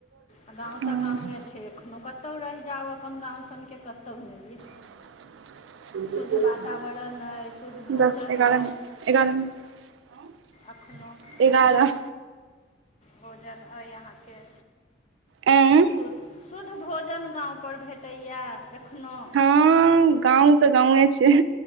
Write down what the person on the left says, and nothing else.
आ गाँव
तऽ गाँवे छै एखनो कतहु रैह जाउ अपन गाँव सनके कतहु नय अइ।
शुद्ध वातावरण अइ शुद्ध भोजन
अइ
अखनो। <unintelligible>
भोजन अइ अहाँके,
शुद्- शुद्ध भोजन गाँवपर भेटैयैऽ एखनो।